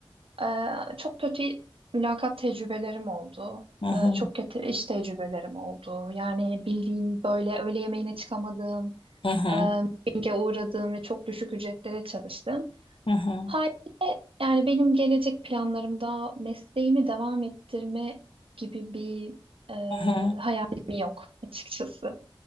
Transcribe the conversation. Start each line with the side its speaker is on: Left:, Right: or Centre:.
Right: Ee, çok kötü mülakat tecrübelerim oldu.
Left: hı hı,
Right: Ee, çok kötü iş tecrübelerim oldu. Yani bildiğim böyle öğle yemeğine çıkamadığım,
Left: hı hı,
Right: e, mobbinge uğradığım ve çok düşük ücretlere çalıştım.
Left: hı hı,
Right: Haliyle yani benim gelecek planlarımda mesleğimi devam ettirme gibi bir e,
Left: hı hı.
Right: hayalim yok açıkçası.